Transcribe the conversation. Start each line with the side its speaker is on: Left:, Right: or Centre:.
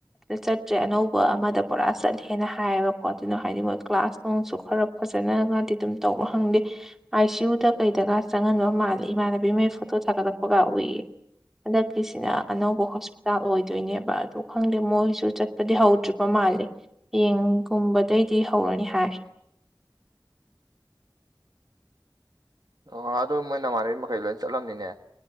Centre: ꯆꯠꯇ꯭ꯔꯦ ꯑꯅꯧꯕ ꯑꯃꯗ ꯄꯨꯔ ꯆꯠꯂꯦꯅ ꯍꯥꯏꯌꯦꯕꯀꯣ ꯑꯗꯨꯅ ꯍꯥꯏꯗꯤ ꯃꯣꯏ ꯀ꯭ꯂꯥꯁ ꯅꯪꯁꯨ ꯈꯔ ꯐꯖꯅꯒꯗꯤ ꯑꯗꯨꯝ ꯇꯧꯕ꯭ꯔ ꯍꯪꯗꯦ ꯑꯥꯏ ꯁꯤ ꯌꯨꯗ ꯀꯩꯗꯒ ꯆꯪꯍꯟꯕ ꯃꯥꯜꯂꯦ ꯏꯃꯥꯟꯅꯕꯤꯃꯩ ꯐꯣꯇꯣ ꯊꯒꯠꯂꯛꯄꯒ ꯎꯏꯌꯦ ꯍꯟꯗꯛꯀꯤꯁꯤꯅ ꯑꯅꯧꯕ ꯍꯣꯁꯄꯤꯇꯥꯜ ꯑꯣꯏꯗꯣꯏꯅꯦꯕ ꯑꯗꯣ ꯈꯪꯗꯦ ꯃꯣꯏꯁꯨ ꯆꯠ ꯗꯤ ꯍꯧꯗ꯭ꯔꯤꯕ ꯃꯥꯜꯂꯦ ꯍꯌꯦꯡꯒꯨꯝꯕꯗꯩꯗꯤ ꯍꯧꯔꯅꯤ ꯍꯥꯏ
Right: ꯑꯣ ꯑꯗꯣ ꯃꯣꯏ ꯅꯃꯥꯟꯅꯕꯤ ꯃꯈꯩ ꯂꯣꯏ ꯆꯠꯂꯝꯅꯤꯅꯦ